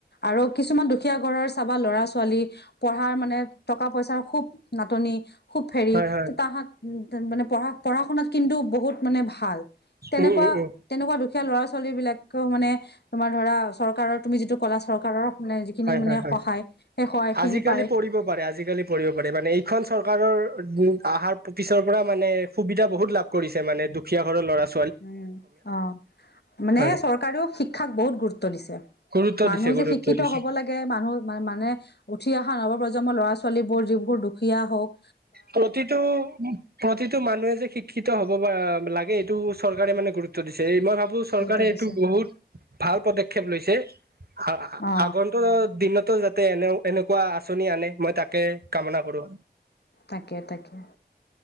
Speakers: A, on the left; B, on the right.
A: আৰু কিছুমান দুখীয়া ঘৰৰ চাবা ল'ৰা -ছোৱালী পঢ়াৰ মানে টকা পইছাৰ খুব নাটনি, খুব হেৰী
B: হয় হয়
A: তাহাঁত মানে পঢ়া পঢ়া শুনাত কিন্তু বহুত মানে ভাল। তেনেকুৱা
B: উম উম উম
A: তেনেকুৱা দুখীয়া ল'ৰা ছোৱালী বিলাকেও মানে তোমাৰ ধৰা চৰকাৰৰ তুমি যিটো ক'লা চৰকাৰৰ মানে যিখিনি
B: হয়
A: মানে
B: হয় হয়।
A: সহায় সেই সহায় খিনি
B: আজিকালি
A: পায়
B: পঢ়িব পাৰে আজিকালি পঢ়িব পাৰে মানে এইখন চৰকাৰৰ উম অহাৰ পিছৰ পৰা মানে সুবিধা বহুত লাভ কৰিছে মানে দুখীয়া ঘৰৰ ল'ৰা - ছো
A: উম অঁ মানে
B: হয়
A: চৰকাৰেও শিক্ষাক বহুত গুৰুত্ব দিছে।
B: গুৰুত্ব
A: মানুহ
B: দিছে
A: যে
B: গুৰুত্ব
A: শিক্ষিত
B: দিছে।
A: হ'ব লাগে। গে। মানুহ মানে উঠি অহা নৱপ্ৰজন্মৰ ল'ৰা ছোৱালীবোৰ যিবোৰ দুখীয়া হওঁক
B: প্ৰতিটো প্ৰতিটো মানুহে যে শিক শিক্ষিত হ'ব বা লাগে এইটো চৰকাৰে মানে গুৰুত্ব দিছে। এই মই ভাবো চৰকাৰে
A: গুৰুত্ব দিছে
B: এইটো বহুত ভাল পদক্ষেপ লৈছে। আ
A: অ
B: আগন্তক দিনত যাতে এনে এনেকুৱা আঁচনি আনে মই তাকে কামনা কৰোঁ।
A: তাকে তাকে।